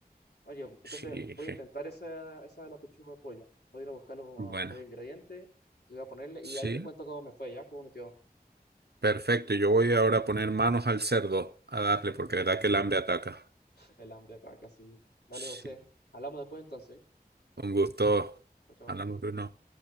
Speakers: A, on the left (about 80°); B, on the right (about 85°).
A: Oye, entonces
B: Sí,
A: voy a
B: je.
A: intentar esa, esa de la pechuga de pollo. Voy a ir a buscar los,
B: bueno,
A: los ingredientes y voy a ponerle.
B: sí,
A: Y ahí te cuento cómo me fue, ya, cómo me quedó.
B: perfecto. Yo voy ahora a poner manos al cerdo a
A: <laughs>
B: darle, porque de verdad que el hambre ataca.
A: El hambre está casi. Dale,
B: Sí,
A: José. Hablamos después entonces.
B: un gusto.
A: Chao, chao.
B: Hablamos de uno.